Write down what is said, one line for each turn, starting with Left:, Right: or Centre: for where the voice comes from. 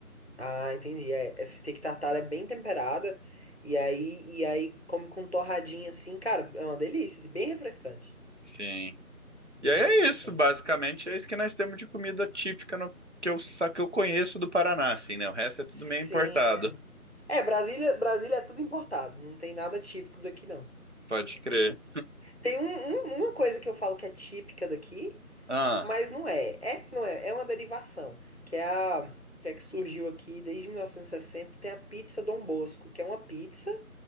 Left: Ah, entendi. É, essa steak tartar é bem temperada. E aí, e aí come com torradinha assim, cara. É uma delícia. assim, Bem refrescante.
Right: Sim. E
Left: Bem
Right: aí é
Left: refrescante.
Right: isso, basicamente, é isso que nós temos de comida típica no- que eu, sa- que eu conheço do Paraná, assim, né? O resto é tudo
Left: Sim,
Right: meio importado.
Left: sim. É, Brasília, Brasília é tudo importado. Não tem nada típico daqui, não.
Right: Pode crer.
Left: Tem um- um- uma coisa que eu falo que é típica daqui.
Right: Ah,
Left: Mas não é. É, não é. É uma derivação, que é a que é que surgiu aqui desde 1960, tem a pizza Dom Bosco, que é uma pizza